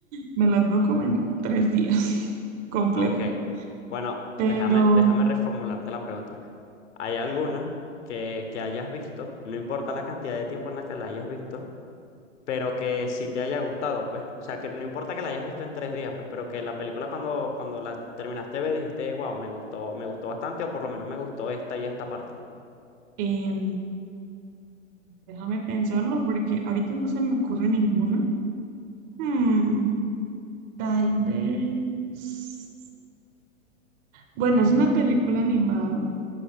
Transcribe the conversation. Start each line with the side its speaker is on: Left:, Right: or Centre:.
Right: Me las veo como en tres días <laughs> completas.
Left: Ok. Bueno,
Right: Pero
Left: déjame, déjame reformularte la pregunta. ¿Hay alguna que, que hayas visto? No importa la cantidad de tiempo en la que la hayas visto pero que si te haya gustado, pues. O sea, que no importa que la hayas visto en tres días, pues, pero que la película cuando, cuando la terminaste de ver dijiste, wow, me gustó, me gustó bastante, o por lo menos me gustó esta y esta parte.
Right: em, déjame pensarlo porque ahorita no se me ocurre ninguna. Hmm, tal vez. Bueno, es una película animada,